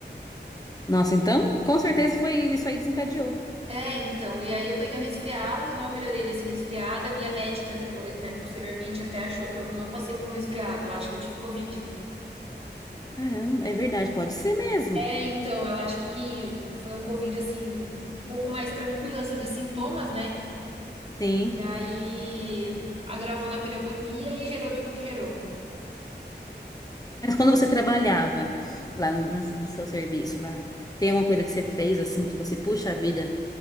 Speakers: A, on the left (about 20°); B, on the right (about 35°).
A: Nossa, então, com certeza foi isso aí desencadeou.
B: É, então, e aí eu peguei um resfriado, eu não melhorei desse resfriado. A minha médica depois, né, posteriormente até achou que eu não passei por um resfriado, ela acha que eu tive Covid.
A: Caramba, é verdade, pode ser mesmo.
B: É, então, ela acha que foi um Covid, assim, um pouco mais tranquilo, assim, de sintomas, né?
A: Sim.
B: E aí agravou na pneumonia e gerou tudo que gerou.
A: Mas quando você trabalhava lá no, no- no seu serviço, lá, tem alguma coisa que você fez assim que você puxa a vida?